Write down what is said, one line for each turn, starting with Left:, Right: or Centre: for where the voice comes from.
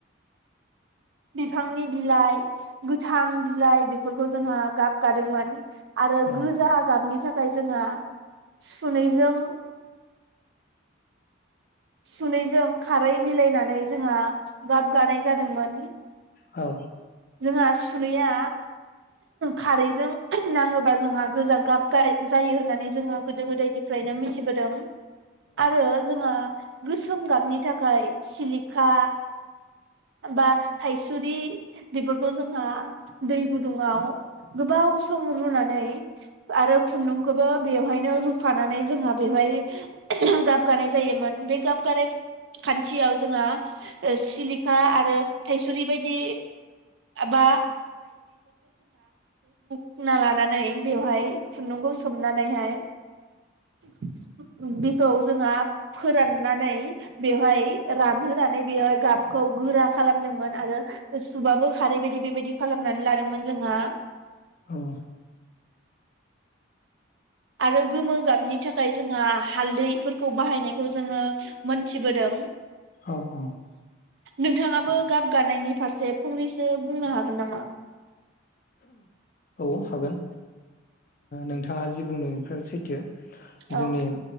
Right: बिफांनि बिलाइ गोथां बिलाइ बेफोरखौ जोंहा गाब गादोंमोन। आरो
Left: औ
Right: गोजा गाबनि थाखाय। ओमफ्राय जोंहा सुनैजों। सुनैजों खारै मिलायनानै जोंहा गाब गानाय जादोंमोन।
Left: औ।
Right: जोंहा सुनैया खारैजों नाङोबा जोंहा गोजा गाब जायो होननानै जोङो गोदो गोदायनिफ्रायनो मिथिबोदों। आरो जोंहा। गोसोम गाबनि थाखाय सिलिखा। बा थाइसुरि। बेफोरखौ जोंहा दै गुदुङाव। गोबाव सम रुनानै। आरो खुन्दुंखौबो बेवहायनो रुफानानै जोंहा बेवहाय गाबगानाय जायोमोन बे गाबगानाय खान्थियाव जोंहा सिलिखा आरो थायसुरि बायदि बा खुना लानानै बेवहाय खुन्दुंखौ सोमनानैहाय <inaudible> बे। खौ जोहा फोराननानै बेवहाय रानहोनानै बेवहाय गाबखौ गोरा खालामदोंमोन आरो। सुबाबो खारै बायदि बेबायदि खालामनानै लादोंमोन जोंहा।
Left: औ
Right: आरो गोमो गाबनि थाखाय जोंहा हालदैफोरखौ बाहायनायखौ जोङो मोनथिबोदों।
Left: औ औ।
Right: नोंथाङाबो गाब गानायनि फारसे फंनैसो बुंनो हागोन नामा।
Left: औ हागोन। नोंथाङा जि बुंदों बेफोर सैथो।
Right: औ
Left: जोंनि